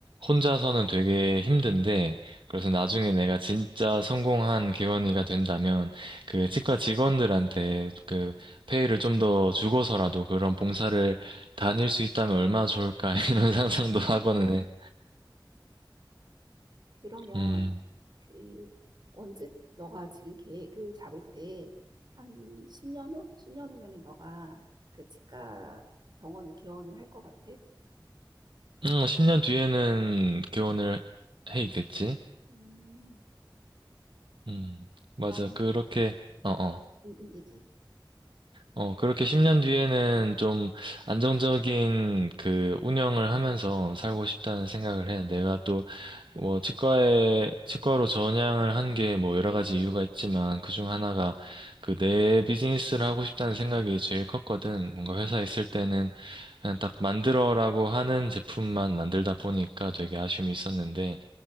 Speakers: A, on the right; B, on the right.
A: 혼자서는 되게 힘든데 그래서 나중에 내가 진짜 성공한 개원이가 된다면 그 치과 직원들한테 그 페이를 좀 더 주고서라도 그런 봉사를 다닐 수 있다면 얼마나 좋을까 <laughs> 이런 상상도
B: 음.
A: 하고는 해.
B: 그러면
A: 음,
B: 그 언제 너가 지금 계획을 잡을 때 한 10년 후? 10년 후면은 너가 그 치과 병원을 개원을 할 것 같아?
A: 음, 10년 뒤에는 개원을 해 있겠지?
B: 음,
A: 음, 맞아.
B: 그러면,
A: 그렇게, 어어.
B: 음, 음, 얘기해.
A: 어, 그렇게 10년 뒤에는 좀 안정적인 그 운영을 하면서 살고 싶다는 생각을 해. 내가 또 뭐 치과에, 치과로 전향을 한 게 뭐 여러 가지 이유가 있지만 그 중 하나가 그 내 비즈니스를 하고 싶다는 생각이 제일 컸거든. 뭔가 회사에 있을 때는 그냥 딱 만들어라고 하는 제품만 만들다 보니까 되게 아쉬움이 있었는데